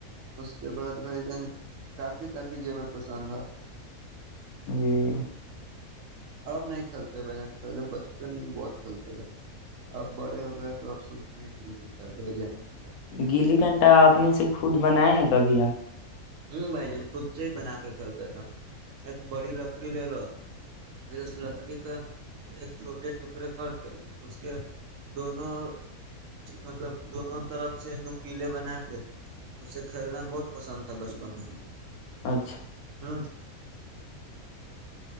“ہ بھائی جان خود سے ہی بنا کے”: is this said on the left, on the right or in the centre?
Right